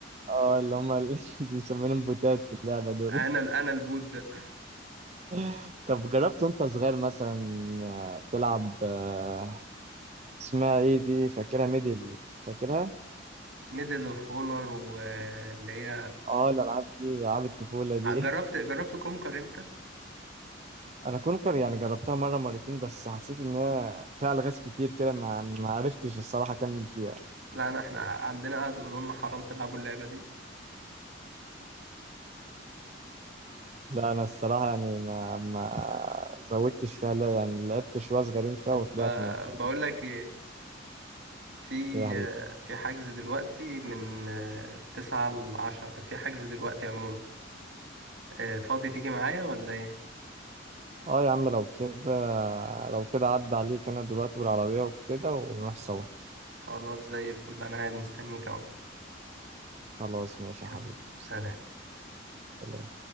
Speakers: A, on the right (about 35°); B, on the right (about 65°).
A: اه اللي هم اللي <laughs> بنسميهم بوتات في اللعبة دول
B: أنا ال- أنا البوت ده
A: <laughs> طب جربت وانت صغير مثلا آه، تلعب آه، اسمها ايه دي فاكرها ميدل فاكرها
B: ميدل اوف اونر واللي هي
A: اه الألعاب دي ألعاب الطفولة دي
B: جربت جربت كونكر انت
A: انا كونكر يعني جربتها مره مرتين بس حسيت ان هي فيها الغاز كتير كده ما ما عرفتش الصراحه اكمل فيها
B: لا انا احنا عندنا قعدوا يقولوا لنا حرام تلعبوا اللعبة دي
A: لا انا الصراحه يعني ما ما زودتش فيها لا يعني لعبت شويه صغيرين فيها
B: طب
A: وطلعت
B: آه،
A: ما فهمتش
B: بقول لك ايه في
A: إيه يا حبيبي
B: آه، في حجز دلوقتي من آه، تسعة لعشرة في حجز دلوقتي عموما آه، فاضي تيجي معايا ولا ايه
A: اه يا عم لو كده لو كده عدى عليك انا دلوقتي بالعربيه وكده ونروح سوا
B: خلاص زي الفل انا قاعد مستنيك اهو
A: خلاص ماشي يا
B: يلا
A: حبيبي
B: سلام
A: يلا.